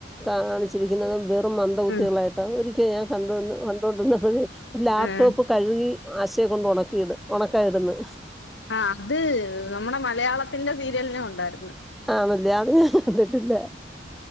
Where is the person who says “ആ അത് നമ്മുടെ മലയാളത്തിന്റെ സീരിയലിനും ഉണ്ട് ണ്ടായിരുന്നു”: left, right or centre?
Left